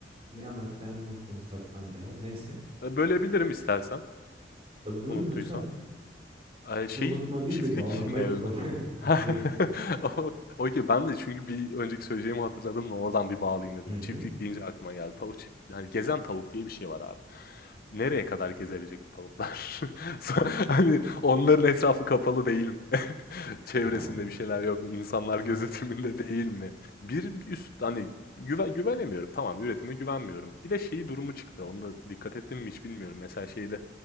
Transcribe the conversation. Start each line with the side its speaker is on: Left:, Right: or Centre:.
Right: Ne anlatacağımı unuttum ufaktan da ya. Neyse.
Left: Eee, bölebilirim istersen,
Right: Ya buyurun
Left: unuttuysan.
Right: lütfen.
Left: Ay,
Right: <laughs>
Left: şey,
Right: Unutma değil
Left: çiftlik
Right: de bağlamayı
Left: mevzu.
Right: korkuyor. <laughs>
Left: <laughs>
Right: Buyurun.
Left: O okay, ben de çünkü bir önceki söyleyeceğimi hatırladım da oradan bir bağlayayım dedim.
Right: Hı hı.
Left: Çiftlik deyince aklıma geldi. Tavuk çift hani gezen tavuk diye bir şey var abi. Nereye kadar gezebilecek bu tavuklar? <laughs> Sonra hani onların etrafı kapalı değil mi? <laughs> Çevresinde
Right: <laughs>
Left: bir şeyler yok mu? İnsanlar
Right: Aa,
Left: gözetiminde değil mi? Bir üst hani güven güvenemiyorum. Tamam, üretime güvenmiyorum. Bir de şeyi durumu çıktı. Onu da dikkat ettim mi hiç bilmiyorum. Mesela şeyde